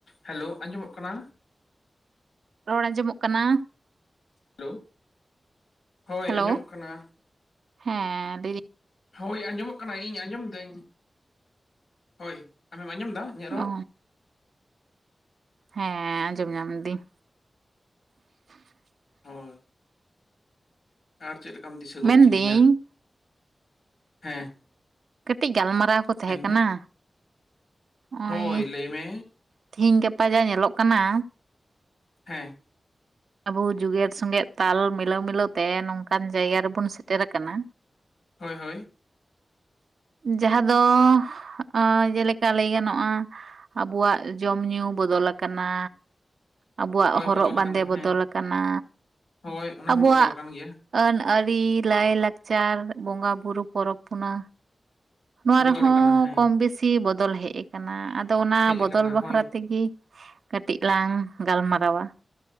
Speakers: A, on the left; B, on the right.
A: Hello ᱟᱸᱡᱚᱢᱚᱜ ᱠᱟᱱᱟ?
B: ᱨᱚᱲ ᱟᱸᱡᱚᱢᱚᱜ ᱠᱟᱱᱟ᱾
A: ᱦᱮᱞᱳᱣ, ᱦᱳᱭ
B: ᱦᱮᱞᱳ
A: ᱟᱸᱡᱚᱢᱚᱜ ᱠᱟᱱᱟ᱾
B: ᱦᱮᱸ, ᱰᱤ
A: ᱦᱳᱭ ᱟᱸᱡᱚᱢᱚᱜ ᱠᱟᱱᱟ ᱤᱧ ᱟᱸᱡᱚᱢ ᱫᱟᱹᱧ᱾ ᱦᱳᱭ ᱟᱢᱮᱢ ᱟᱸᱡᱚᱢ ᱮᱫᱟ ᱤᱧᱟᱹᱜ ᱨᱚᱲ
B: ᱚ, ᱦᱮᱸ ᱟᱸᱡᱚᱢ ᱧᱟᱢ ᱫᱤᱧ᱾ <inaudible>
A: ᱦᱳᱭ ᱟᱨ ᱪᱮᱫᱞᱮᱠᱟᱢ ᱫᱤᱥᱟᱹ ᱜᱚᱫ
B: ᱢᱮᱱᱫᱟᱹᱧ
A: ᱠᱤᱫᱤᱧᱟ, ᱦᱮᱸ᱾
B: ᱠᱟᱹᱴᱤᱡ ᱜᱟᱞᱢᱟᱨᱟᱣ ᱠᱚ ᱛᱮᱦᱮᱸ
A: ᱢᱮᱱᱢᱮ
B: ᱠᱟᱱᱟ᱾ ᱱᱚᱜᱼᱚᱭ
A: ᱦᱳᱭ ᱞᱟᱹᱭ ᱢᱮᱻ᱾
B: ᱛᱤᱦᱤᱧ ᱜᱟᱯᱟ ᱡᱟ ᱧᱮᱞᱚᱜ ᱠᱟᱱᱟ᱾
A: ᱦᱮᱸ᱾
B: ᱟᱵᱚ ᱡᱩᱜᱽᱮᱫ ᱥᱚᱸᱜᱮᱛ ᱛᱟᱞ ᱢᱤᱞᱟᱹᱣ ᱢᱤᱞᱟᱹᱣ ᱛᱮ ᱱᱚᱝᱠᱟᱱ ᱡᱟᱭᱜᱟ ᱨᱮᱵᱚᱱ ᱥᱮᱴᱮᱨ ᱠᱟᱱᱟ᱾
A: ᱦᱳᱭ ᱦᱳᱭ᱾
B: ᱡᱟᱦᱟᱸ ᱫᱚ ᱟᱸ ᱡᱮᱞᱮᱠᱟ ᱞᱟᱹᱭ ᱜᱟᱱᱚᱜᱼᱟ᱾ ᱟᱵᱚᱣᱟᱜ ᱡᱚᱢ ᱧᱩ ᱵᱚᱫᱚᱞ ᱟᱠᱟᱱᱟ᱾ ᱟᱵᱚᱣᱟᱜ
A: ᱦᱳᱭ
B: ᱦᱚᱨᱚᱜ
A: ᱵᱚᱫᱚᱞ
B: ᱵᱟᱸᱫᱮ
A: ᱟᱠᱟᱱᱟ ᱦᱮᱸ
B: ᱵᱚᱫᱚᱞ ᱟᱠᱟᱱᱟ,
A: ᱦᱳᱭ ᱚᱱᱟ
B: ᱟᱵᱚᱣᱟᱜ
A: ᱦᱚᱸ ᱵᱚᱫᱚᱞ ᱟᱠᱟᱱ ᱜᱮᱭᱟ
B: ᱟᱹᱱ ᱟᱹᱨᱤ, ᱞᱟᱹᱭ ᱞᱟᱠᱪᱟᱨ, ᱵᱚᱸᱜᱟ ᱵᱩᱨᱩ, ᱯᱚᱨᱚᱵᱽ ᱯᱩᱱᱟ ᱱᱚᱣᱟ
A: ᱵᱚᱫᱚᱞ
B: ᱨᱮᱦᱚᱸ
A: ᱟᱠᱟᱱᱟ ᱦᱮᱸ
B: ᱠᱚᱢ ᱵᱮᱥᱤ ᱵᱚᱫᱚᱞ ᱦᱮᱡ ᱟᱠᱟᱱᱟ ᱟᱫᱚ ᱚᱱᱟ
A: ᱦᱮᱡ
B: ᱵᱚᱫᱚᱞ
A: ᱟᱠᱟᱱᱟ
B: ᱵᱟᱠᱷᱨᱟ
A: ᱦᱳᱭ
B: ᱛᱮᱜᱤ ᱠᱟᱹᱴᱤᱡ ᱞᱟᱝ ᱜᱟᱞᱢᱟᱨᱟᱣᱼᱟ᱾